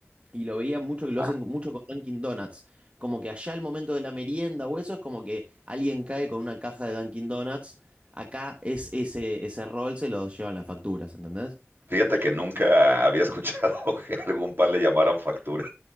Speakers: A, on the right; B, on the right.
A: y lo veía mucho
B: ajá.
A: que lo hacen mucho con Dunkin' Donuts? Como que allá el momento de la merienda o eso es como que alguien cae con una caja de Dunkin' Donuts. Acá es ese, ese rol se lo llevan las facturas, ¿entendés?
B: Fíjate que nunca había escuchado <laughs> que algún pan le llamaran factura.